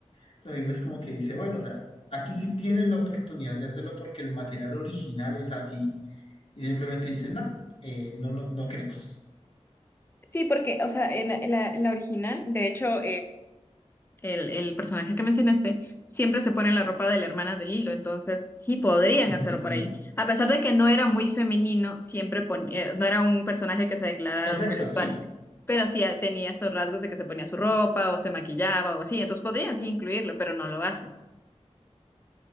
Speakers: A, on the left; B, on the left.
A: Entonces hay uno es como que dice, bueno, o sea, aquí sí tienen la oportunidad de hacerlo porque el material original es así y simplemente dicen, no, eh, no, no, no queremos.
B: Sí, porque, o sea, en, la, en la- en la original, de hecho, el, el personaje que mencionaste, siempre se pone la ropa de la hermana de Lilo, entonces sí podrían
A: Ujú.
B: hacerlo por ahí. A pesar de que no era muy femenino, siempre pon- eh, no era un personaje que se declarara
A: Exacto,
B: homosexual,
A: sí,
B: pero sí eh, tenía estos rasgos de que se ponía su ropa o se maquillaba o así, entonces podrían sí incluirlo, pero no lo hacen.